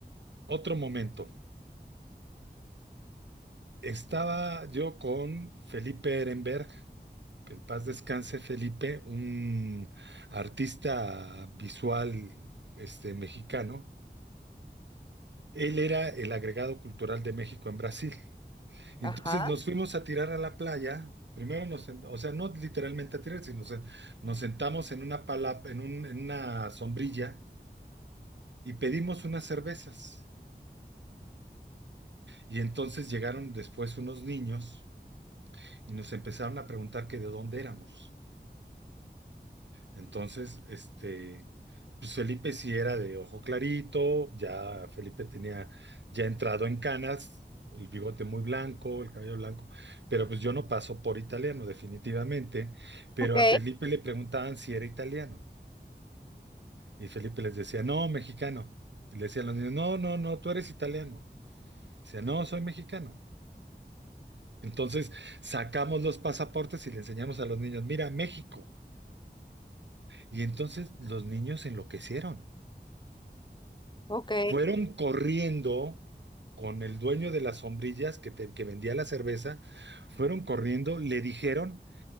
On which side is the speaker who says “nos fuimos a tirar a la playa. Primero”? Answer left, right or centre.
Right